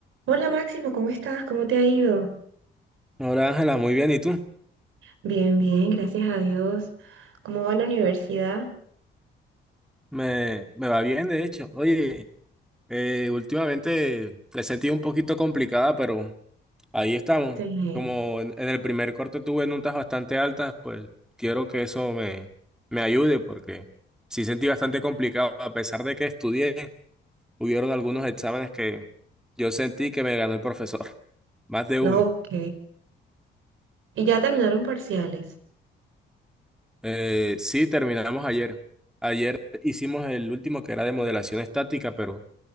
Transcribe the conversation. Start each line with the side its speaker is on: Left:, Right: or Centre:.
Right: Hola Máximo, ¿cómo estás? ¿Cómo te ha ido?
Centre: Hola Ángela, muy bien, ¿y tú?
Right: Bien, bien, gracias a Dios. ¿Cómo va la universidad?
Centre: Me, me va bien, de hecho. Oye, eh, últimamente la he sentido un poquito complicada, pero ahí estamos.
Right: Sí.
Centre: Como en, en el primer corte tuve notas bastante altas, pues quiero que eso me, me ayude, porque sí sentí bastante complicado. A pesar de que estudié, hubieron algunos exámenes que yo sentí que me ganó el profesor, <laughs> más de
Right: No,
Centre: uno.
Right: ok. ¿Y ya terminaron parciales?
Centre: Eh, sí, terminamos ayer. Ayer hicimos el último que era de modelación estática, pero...